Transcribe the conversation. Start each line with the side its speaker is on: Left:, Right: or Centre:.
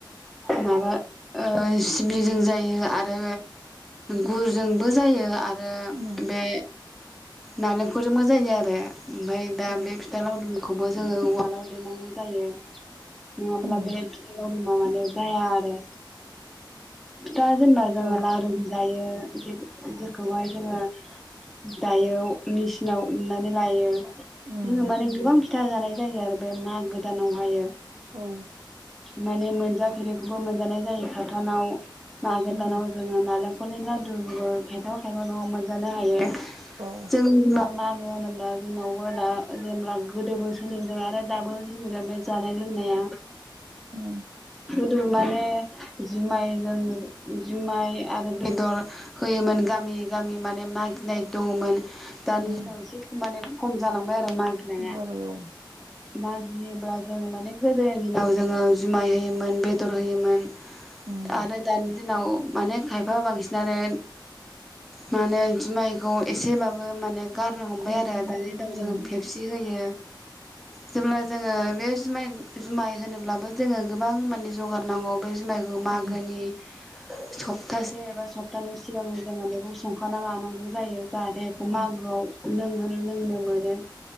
Centre: माबा ओ सिबिजों जायो आरो गुरजोंबो जायो आ आरो
Right: उम
Centre: बे नालेंखरजोंबो जायो आरो। ओमफ्राय दा
Right: औ
Centre: बे फिथा लावदुम खौबो जोङो उवालाव देरेनांगौ जायो। माब्लाबा
Right: उम
Centre: फिथा लावदु मा माने जाया आरो फिथा जेनोबा जोङो
Right: औ
Centre: लारुबो जायो। जेखौ जेखौहाय जोङो दायो मेचिनाव उमनानै लायो।
Right: उम
Centre: रोङो माने गोबां फिथा जानाय जायो आरो बे मागो दानावहायो।
Right: औ
Centre: माने मोन फेरैखौबो मोनजानाय जायो खाथानाव। मागो
Right: उम
Centre: दानाव जों <unintelligible> <unintelligible> लादुबो <unintelligible> हायबा न'आव मोनजानो हायो।
Right: औ
Centre: जों <unintelligible> बा जोंनावबो दा जेनोबा गोदोबो सोलिबोदों आरो दाबो जों बे जानाय लोंनाया
Right: उम।
Centre: खिन्दु माने जुमायजों जुमाय आरो बेदर होयोमोन गामि गामि माने मागिनाय दङमोन। दानि
Right: उम
Centre: दिनाव एसे माने खम जालांबाय आरो मागिनाया।
Right: खम जाबाय औ
Centre: मागि गियोब्ला जों माने गोदोनि दिनाव जोङो जुमाय होयोमोन बेदर होयोमोन
Right: उम
Centre: आरो दानि दिनाव माने खायफा बांसिन नानो माने जुमाइखौ एसेबाबो माने गारनो हमबाय
Right: खम
Centre: आरो
Right: खालामबाय
Centre: दानि दाउ जों
Right: औ
Centre: फेपसि होयो। जेब्ला जोङो बे जुमाइ जुमाइ होनोब्लाबो जोङो गोबां मा जगारनांगौ बे जुमायखौ मागोनि
Right: उम
Centre: सप्तासे एबा सप्तानि सिगांनो जोङो बेखौ संखाना लानांगौ जायो। जाहाथे बेखौ
Right: उम
Centre: मागोआव लोंहो लोंनो मोनो।